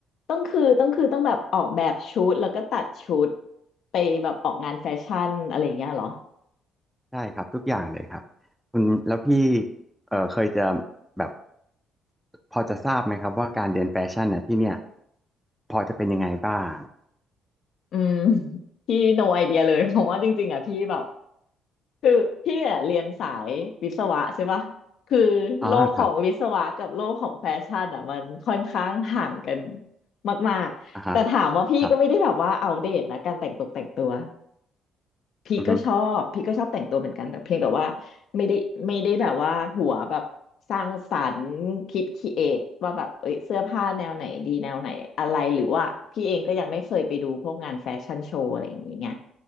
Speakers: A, on the left; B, in the centre.
A: ต้องคือต้องคือต้องแบบออกแบบชุดแล้วก็ตัดชุดไปแบบออกงานแฟชั่นอะไรอย่างเงี้ยเหรอ
B: ได้ครับทุกอย่างเลยครับคุณแล้วพี่เอ่อเคยจะแบบพอจะทราบไหมครับว่าการเรียนแฟชั่นน่ะที่เนี่ยพอจะเป็นยังไงบ้าง
A: อืม <laughs> พี่ no idea เลย <laughs> ผมว่าจริงๆอ่ะพี่แบบคือพี่อ่ะเรียนสายวิศวะใช่ปะคือโลกของวิศวะกับโลกของแฟชั่นอ่ะมันค่อนข้างห่างกัน
B: อ่าครับ
A: มากๆแต่ถามว่าพี่ก็ไม่ได้แบบว่าอัปเดตนะการแต่งตกแต่งตัว
B: อ่าฮะครับ
A: พี่ก็ชอบพี่ก็ชอบแต่งตัวเหมือนกันแต่เพียงแต่ว่า
B: อือฮึ
A: ไม่ได้ไม่ได้แบบว่าหัวแบบสร้างสรรค์คิดครีเอทว่าแบบเอ้ยเสื้อผ้าแนวไหนดีแนวไหนอะไรหรือว่าพี่เองก็ยังไม่เคยไปดูพวกงานแฟชั่นโชว์อะไรอย่างนี้ไง